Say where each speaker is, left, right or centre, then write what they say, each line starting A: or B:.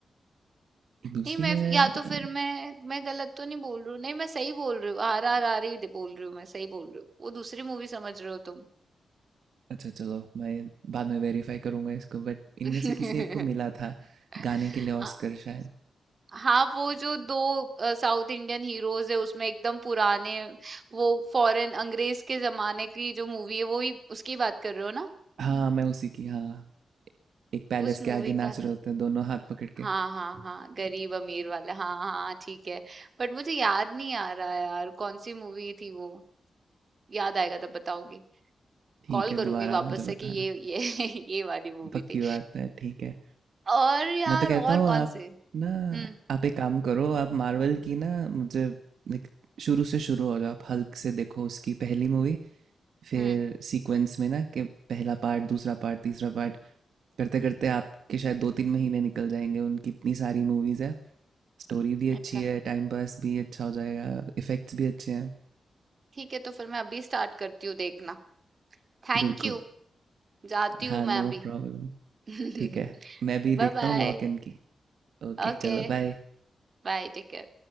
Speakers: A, on the right; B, on the right.
A: एक दूसरी
B: नहीं मैं
A: है
B: या तो फिर
A: अ,
B: मैं मैं गलत तो नहीं बोल रही हूँ नहीं मैं सही बोल रही हूँ आरआरआर ही बोल रही हूँ मैं सही बोल रही हूँ वो दूसरी मूवी समझ रहे हो तुम
A: अच्छा चलो मैं बाद में वेरीफाई करूंगा इसको बट इनमें
B: <laughs>
A: से किसी एक को मिला था
B: हाँ
A: गाने के लिए ऑस्कर शायद
B: हाँ, वो जो दो साउथ इंडियन हीरोज है उसमें एकदम पुराने वो फॉरेन अंग्रेज के जमाने की जो मूवी है वो ही उसकी बात कर रहे हो ना
A: हाँ मैं उसी की हाँ एक पैलेस
B: उस
A: के
B: मूवी
A: आगे नाच
B: का ना
A: रहे होते हैं दोनों हाथ पकड़ के
B: हाँ हाँ हाँ गरीब अमीर वाला हाँ हाँ हाँ, ठीक है बट मुझे याद नहीं आ रहा यार कौन सी मूवी थी वो याद आएगा तब बताऊंगी
A: ठीक
B: कॉल
A: है
B: करूंगी
A: दोबारा
B: वापस
A: मुझे बताना
B: से कि ये ये <laughs> ये वाली मूवी
A: पक्की
B: थी
A: बात है ठीक है
B: और यार
A: मैं तो कहता
B: और
A: हूँ
B: कौन
A: आप
B: से
A: ना
B: हम्म
A: आप एक काम करो आप मार्वल की ना मुझे लाइक शुरू से शुरू हो जाओ आप हल्क से देखो उसकी पहली मूवी फिर
B: हम्म
A: सीक्वेंस में ना कि पहला पार्ट दूसरा पार्ट तीसरा पार्ट करते करते आपके शायद दो तीन महीने निकल जाएंगे उनकी इतनी सारी मूवीज़ है स्टोरी भी अच्छी
B: अच्छा
A: है टाइम पास भी अच्छा हो जाएगा इफ़ेक्ट्स भी अच्छे हैं
B: ठीक है तो फिर मैं अभी स्टार्ट करती हूँ देखना Thank
A: बिल्कुल
B: you जाती हूँ
A: हाँ
B: मैं
A: नो
B: अभी
A: प्रॉब्लम
B: <laughs>
A: ठीक है मैं भी
B: Bye
A: देखता
B: bye
A: हूँ लॉक इन की ओके
B: Okay
A: चलो बाय
B: bye take care